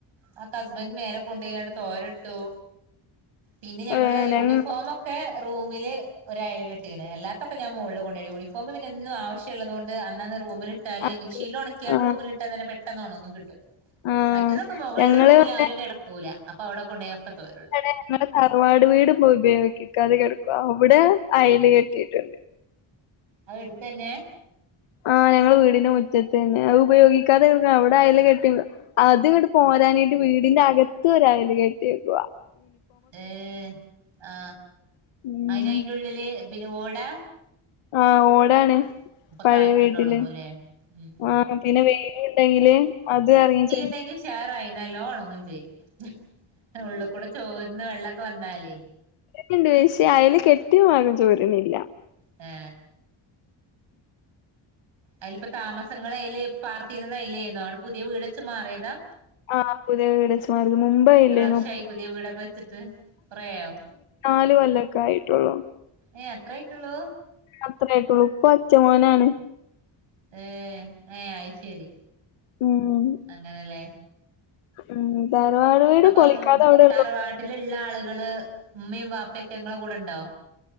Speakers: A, on the right; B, on the left.
A: ആ. കസ്ബൻഡു മേലെകൊണ്ടേയതു തോരെയിട്ടു. പിന്നെഞങ്ങളു
B: ഏ ഞങ്ങ
A: യൂണിഫോമൊക്കെ റൂമില് ഒരുഅയയിലി ട്ടിങ്ങനെ അല്ലാത്ത അപ്പ ഞാൻ മുകളിൽ കൊണ്ടയിടും. യൂണഫോം പിന്നെയെന്നുമാവശ്യമുള്ളള്ളതു കൊണ്ട് അന്നന്ന് റൂമിലിട്ടാലെ
B: ആ
A: മി മിഷീനിലുണക്കിയാൽ
B: ആ
A: റൂമിലിട്ടാ തന്നെ പെട്ടെ ന്നുണങ്ങി കിട്ടും.
B: ആ
A: മറ്റേതൊക്കെ മുകളിലെ
B: ഞങ്ങള്
A: റൂമിലാരും കിട ക്കൂല, അപ്പൊയവിടെ കൊണ്ടുപോയി ഒക്കെ തോരേയിടും.
B: ഞങ്ങളുടെതറവാട് വീട് പോയി ഉപയോഗിക്കാതെ കിടക്കുവ, അവിടെ അയകള് കെട്ടിയിട്ടുണ്ട്
A: അതു അടുത്തുതന്നെ
B: ആ ഞങ്ങ നമ്മുടെ വീടിനു മുറ്റത്തു തന്നെ അത് ഉപയോഗിക്കാതെ കിടന്ന അവിടെ അയകള്കെട്ടിയതാ അതിങ്ങോട്ടുപോരാഞ്ഞിട്ട് വീടി അകത്തൊരയകെട്ടിയേക്കുവ
A: ഏ ആ
B: ഉം
A: അയിന് അയിന്റെ ഉള്ളില് പിന്നെഓടാ
B: ആ ഓടാണ് പഴയവീട്ടില്
A: കാറ്റൊണ്ട് ഒണങ്ങൂല്ലേ ഉം ഉം
B: ആ പിന്നെ വെയിലുണ്ടെങ്കിലതി റങ്ങിച്ചെന്ന്
A: എന്തെങ്കിലും ഷെയറായി നല്ലോണമുണങ്ങുകയും ചെയ്യും. ഉള്ളിക്കൂടെ ചോരുന്നവെള്ളമൊക്കെ വന്നാലേ
B: ഉണ്ട്പക്ഷേ അയയില് കെട്ടിയഭാകംചോരുന്നില്ല.
A: ആ അതില ഇപ്പ താമസങ്ങള അയല് പാർത്ീുന്നത് അതിലിപ്പം താമസങ്ങള്അതില് പാർത്തിരുന്നത് അയിലാരുന്നു. അവിടെ പുതിയ വീടു വെച്ചുമാറിയതാ
B: ആ പുതിയവീടുവെച്ചുമാറിയതാ മുമ്പേയില്ലായിന്നു.
A: വർഷായി പുതിയ വീടൊക്കെ വെച്ചിട്ട് കൊറേയായോ
B: നാലു കൊല്ലൊക്കെ ആയിട്ടുള്ളു.
A: ഏഹ് അത്രേ ആയിട്ടുള്ളൂ
B: അത്രയേയായിട്ടുളളു ഉപ്പ ചോനാണ്
A: ഏ.. ഏ.. അതുശരി
B: ഉം
A: അങ്ങനെയല്ലേ
B: ഉം തറവാട് വീട്
A: അപ്പം
B: പൊളിക്കാതെ അവിടെള്ളു
A: തറവാട്ടിലുള്ള ആളുക കള്, ഉമ്മയും ബാപ്പയുമൊക്കെ നിങ്ങടെ കൂടെയുണ്ടോ